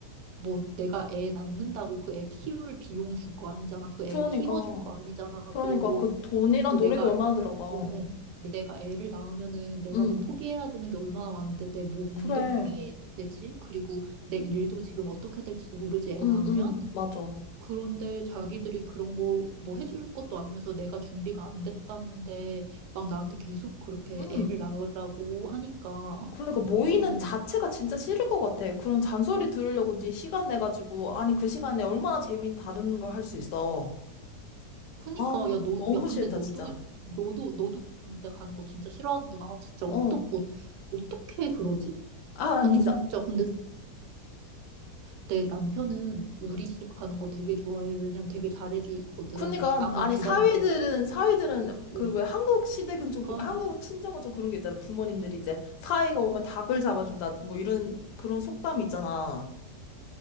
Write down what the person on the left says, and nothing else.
그러니까.
그러니까
그 돈이랑
노력이
얼마나 들어가.
응.
그래.
응,
응. 맞아.
응.
그러니까 모이는
자체가 진짜 싫을 것 같아. 그런 잔소리 들으려고 네 시간 내가지고, 아니, 그 시간에 얼마나 재미있는 다른 걸 할 수 있어.
아,
너무
싫다,
진짜.
어.
아, 아니다.
음.
그러니까,
아니,
사위들은,
사위들은,
그, 왜, 한국 시댁은
좀, 그- 한국 친정은 좀 그런 게 있잖아. 부모님들이 이제, 사위가 오면 닭을 잡아준다, 뭐, 이런, 그런 속담이 있잖아.